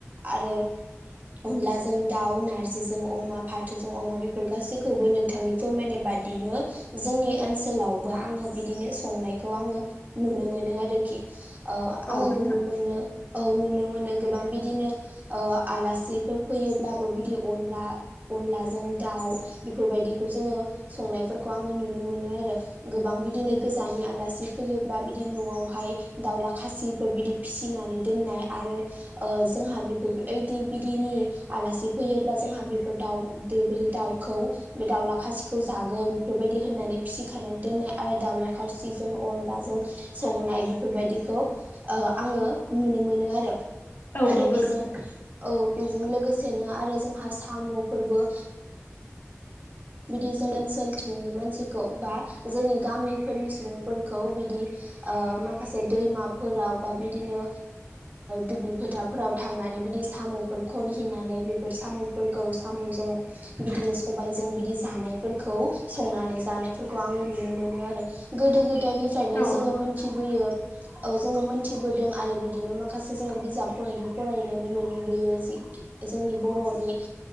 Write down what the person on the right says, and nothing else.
आरो अनलाजों दाउ नारजिजों अमा फा थोजों अमा बेफोर गासैखौबो नोंथांनि फोरमायनाय बादिनो जोंनि ओनसोलावबो आङो बिदिनो संनायखौ आङो नुनो मोनो आरोखि ओ
आङो
नुनो मोनो औ नुनो मोनो गोबां बिदिनो ओ आलासिफोर फैयोब्लाबो बिदि अनला अनलाजों दाउ बेफोरबायदिखौ जोङो संनायफोरखौ आङो नुनो मोनो आरो गोबां बिदिनो गोजाननि आलासि फैयोब्ला बिदि न'आवहाय दाउला खासिफोर बिदि फिसिनानै दोननाय आरो जोंहा बेफोरदि बिदैनि आलासि फैयोब्ला जोंहा बि दाउ देब्रि दाउखौ बे दाउला खासिखौ जागोन बेफोरबायदि होननानै फिसिखानानै दोननाय आरो दाउला खासिजों अनलाजों संनाय बेफोरबायदिखौ ओ आङो नुनो मोनो आरो
आरो
बेजों
औ बेजों लोगोसेनो आरो जोंहा साम'फोरबो बिदि जों ओनसोलथिंनि मानसिखौ बा जोंनि गामिफोरनि सुबुंफोरखौ बिदि माखासे दैमाफोराव बा बिदिनो दुब्लि फोथारफोराव थांनानै बिदि साम'फोर खनहैनानै बेफोर साम' फोरखौ साम'जों बिदिनो सबायजों बि दि जानायफोरखौ संनानै जानायफोरखौ आङो नुनो मोनो आरो गोदो गोदायनि निफ्रायनो
जोङो
मोनथिबोयो
औ जोङो मोनथिबोदों आरो बिदिनो माखासे जोङो बिजाबफोरावबो फरायनानै मोनबोयो जि जोंनि बर'नि